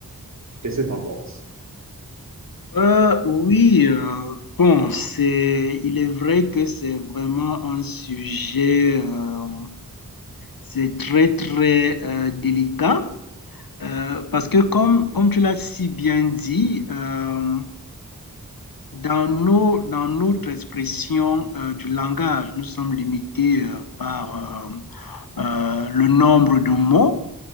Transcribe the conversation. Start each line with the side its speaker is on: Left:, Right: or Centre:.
Right: Qu'est-ce que tu en penses
Left: Euh, oui, euh, bon, c'est, il est vrai que c'est vraiment un sujet, euh, c'est très, très euh, délicat, euh, parce que comme, comme tu l'as si bien dit, euh, dans nos, dans notre expression euh, du langage, nous sommes limités euh, par euh, euh, le nombre de mots.